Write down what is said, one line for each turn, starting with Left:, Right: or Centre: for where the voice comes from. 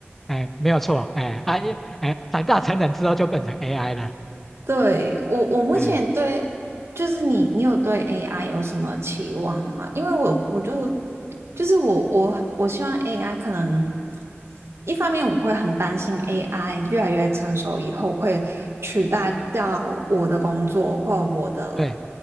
Centre: 哎，没有错，哎啊一哎，长大成人之后就变成 AI 了，
Right: 对，我，我目前对，
Centre: 哎，
Right: 就是你，你有对 AI 有什么期望吗？因为我，我就，就是我，我，我希望 AI 可能，一方面我会很担心 AI 越来越成熟以后会取代掉我的工作或我的，
Centre: 对